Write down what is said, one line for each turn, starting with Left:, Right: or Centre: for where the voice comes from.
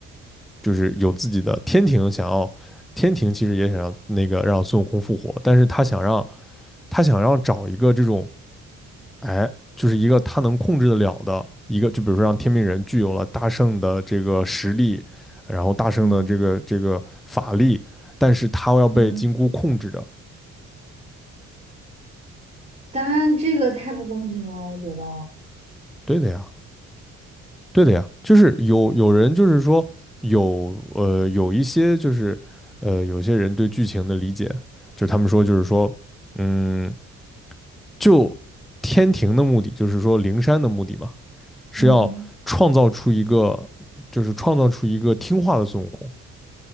Centre: 就是有自己的天庭，想要天庭其实也想让那个让孙悟空复活，但是他想让他想让找一个这种哎，就是一个他能控制得了的一个，就比如说让天命人具有了大圣的这个实力，然后大圣的这个这个法力，
Right: 嗯
Centre: 但是他要被金箍控制着。
Right: 嗯，当然这个太不公平了，我觉得，
Centre: 对的呀，对的呀，就是有有人就是说有呃有一些就是呃有些人对剧情的理解，就是他们说就是说嗯。就天庭的目的，就是说灵山的目的嘛，是要创造出一个，
Right: 嗯，
Centre: 就是创造出一个听话的孙悟空，